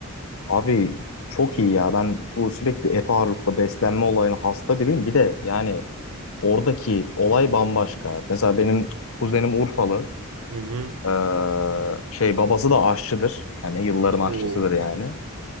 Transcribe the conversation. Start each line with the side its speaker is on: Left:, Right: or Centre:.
Left: Abi çok iyi ya. Ben bu sürekli et ağırlıklı beslenme olayına hasta biriyim. Bir de yani oradaki olay bambaşka. Mesela benim kuzenim Urfalı.
Right: Hı hı.
Left: Ee, şey babası da aşçıdır. Hani yılların
Right: Oo
Left: aşçısıdır yani.